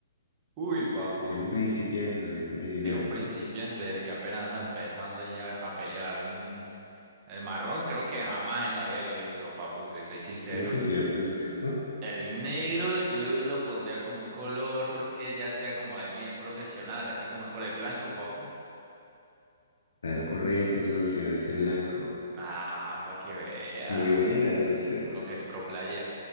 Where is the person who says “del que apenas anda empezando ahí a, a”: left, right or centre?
Right